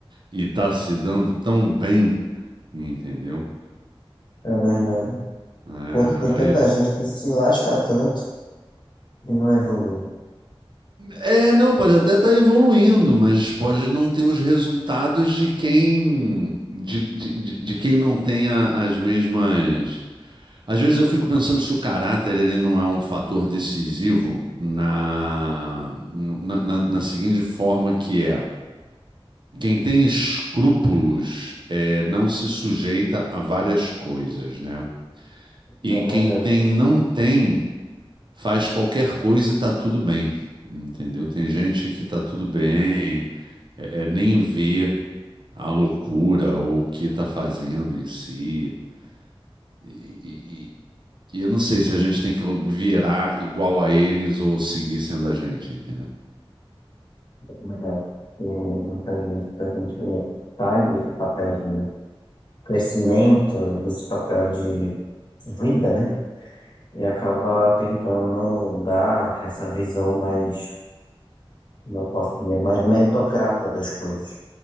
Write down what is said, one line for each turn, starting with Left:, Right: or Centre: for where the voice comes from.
Right: e tá se dando tão bem, entendeu?
Left: É verdade.
Right: É,
Left: Enquanto tem tanta
Right: aí-
Left: gente que se lasca tanto e não evolui.
Right: é, não, pode até estar evoluindo, mas pode não ter os resultados de quem de, de, de de quem não tenha as mesmas Às vezes eu fico pensando se o caráter ele não é um fator decisivo na, na, na- na seguinte forma que é. Quem tem escrúpulos eh, não se sujeita a várias coisas, né? E
Left: É
Right: quem
Left: verdade,
Right: tem não tem faz qualquer coisa e tá tudo bem, entendeu? Tem gente que tá tudo bem, é, é, nem vê a loucura ou o que tá fazendo em si. E, E eu não sei se a gente tem que virar igual a eles ou seguir sendo a gente, entendeu?
Left: é verdade. E muitas vezes a gente sai desse papel de crescimento, desse papel de vida, né? E acaba tentando dar essa visão mais, como eu posso dizer, mais meritocrata das coisas.